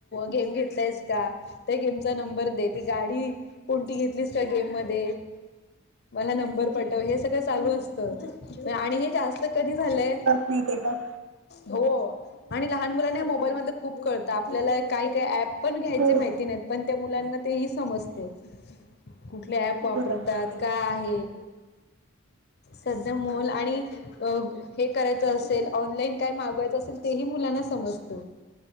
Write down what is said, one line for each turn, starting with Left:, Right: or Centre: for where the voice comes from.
Left: गेम घेतलस. का त्या गेमचा नंबर दे ती गाडी कोणती घेतलीस का गेम मध्ये. मला नंबर पटव हे सगळं चालू असत आणि हे जास्त कधी झालंय.
Right: माहितीये का.
Left: हो आणि लहान मुलांना मोबाईल मधलं खूप कळतं आपल्याला काही काही ऍप. पण घ्यायचे
Right: हो
Left: माहिती नाहीत पण त्या मुलांना ते ही समजते. कुठले ऍप वापरतात
Right: बरोबर ते
Left: का आहे. सध्या मुल आणि अ हे. करायच असेल ऑनलाईन काय मागवायचं असेल तेही मुलांना समजत.